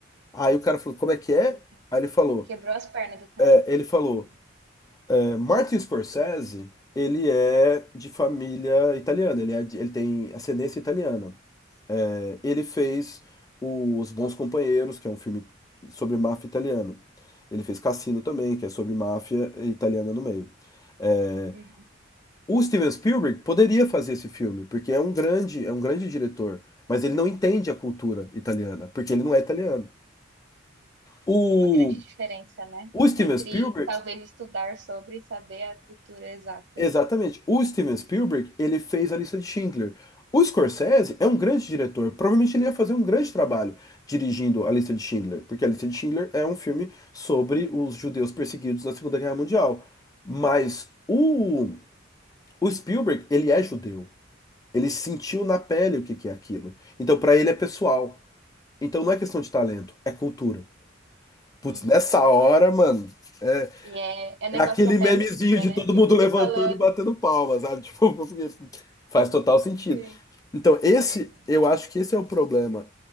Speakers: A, on the left; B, on the right.
A: Aí o cara falou: como é que é?
B: Eita,
A: Aí ele falou:
B: quebrou as pernas do cara.
A: é, ele falou,
B: Hum.
A: é, Martin Scorsese, ele é de família italiana, ele, é de- ele tem ascendência italiana. É, ele fez Os Bons Companheiros, que é um filme sobre máfia italiana. Ele fez Cassino também, que é sobre máfia italiana no meio. É,
B: Uhum.
A: o Steven Spielberg poderia fazer esse filme, porque é um grande, é um grande diretor, mas ele não entende a cultura italiana, porque ele não é italiano. O,
B: Tem uma grande diferença, né?
A: o Steven
B: Entre
A: Spielberg,
B: talvez estudar sobre e saber a cultura exata
A: exatamente,
B: ali.
A: o Steven Spielberg, ele fez a lista de Schindler. O Scorsese é um grande diretor, provavelmente ele ia fazer um grande trabalho dirigindo a lista de Schindler, porque a lista de Schindler é um filme sobre os judeus perseguidos na Segunda Guerra Mundial. Mas o O Spielberg, ele é judeu. Ele sentiu na pele o que que é aquilo. Então, pra ele é pessoal. Então, não é questão de talento, é cultura. Putz,
B: Uhum.
A: nessa hora, mano, é,
B: E é, é um
A: é
B: negócio
A: aquele
B: que até
A: memezinho
B: arrepia,
A: de
B: né?
A: todo
B: Tipo,
A: mundo levantando
B: tu falando.
A: e batendo palmas, sabe? <laughs> Tipo, porque faz total sentido.
B: Sim.
A: Então, esse,
B: Mas, é.
A: eu acho que esse é o problema